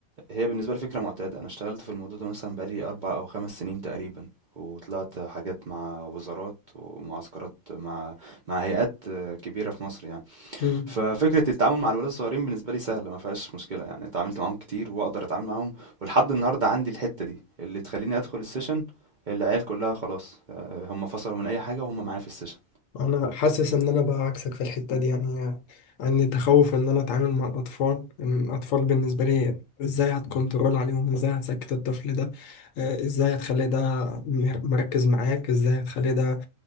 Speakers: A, on the right; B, on the left.
A: هي بالنسبة لي فكرة معتادة أنا اشتغلت في الموضوع ده مثلا بقالي أربع أو خمس سنين تقريبا وطلعت حاجات مع وزارات ومعسكرات مع مع هيئات آه، كبيرة في مصر يعني
B: كده
A: ففكرة التعامل مع الولاد الصغيرين بالنسبة لي سهلة ما فيهاش مشكلة يعني اتعاملت معاهم كتير وأقدر أتعامل معاهم ولحد النهاردة عندي الحتة دي اللي تخليني أدخل السيشن العيال كلها خلاص آه، هم فصلوا من أي حاجة وهم معايا في السيشن
B: انا حاسس ان انا بقى عكسك في الحته دي يعني عندي تخوف ان انا اتعامل مع الاطفال ان الاطفال بالنسبه لي ازاي هتكنترول عليهم ازاي هتسكت الطفل ده آه، ازاي هتخلي ده مر- مركز معاك ازاي هتخلي ده